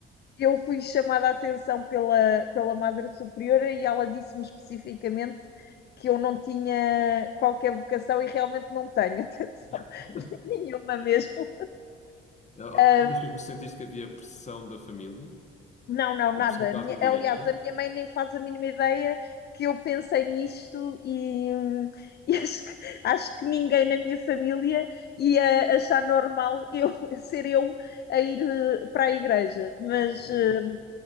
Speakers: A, on the left; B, on the left.
A: Eu fui chamada a atenção pela, pela Madre Superiora e ela disse-me especificamente que eu não tinha qualquer vocação e realmente não tenho, <laughs> atenção,
B: <laughs>
A: nenhuma mesmo.
B: Ah,
A: Ah,
B: Mas tu sentiste que havia pressão da família?
A: Não, não,
B: Uma
A: nada.
B: pressão quase
A: A minha-
B: indireta?
A: aliás, a minha mãe nem faz a mínima ideia que eu pensei nisto e, hum, <laughs> e acho que, acho que ninguém na minha família ia achar normal eu <laughs> ser eu a ir eh, para a igreja. Mas
B: Ok,
A: eh,